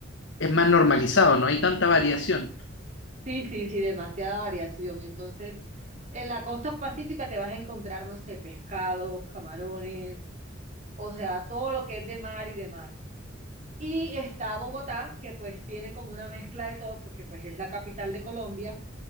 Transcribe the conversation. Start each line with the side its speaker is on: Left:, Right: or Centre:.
Left: es más normalizado, no hay tanta variación.
Right: Sí, sí, sí, demasiada variación. Entonces, en la costa pacífica te vas a encontrar, no sé, pescados, camarones, o sea, todo lo que es de mar y demás. Y está Bogotá, que pues tiene como una mezcla de todo, porque pues es la capital de Colombia,